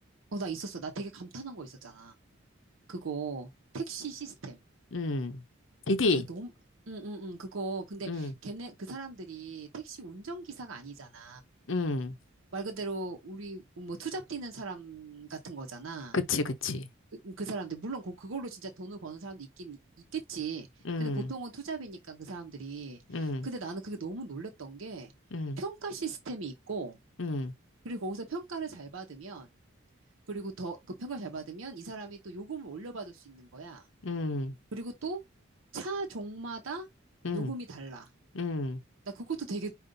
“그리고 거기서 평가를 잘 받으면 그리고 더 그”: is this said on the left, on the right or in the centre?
Right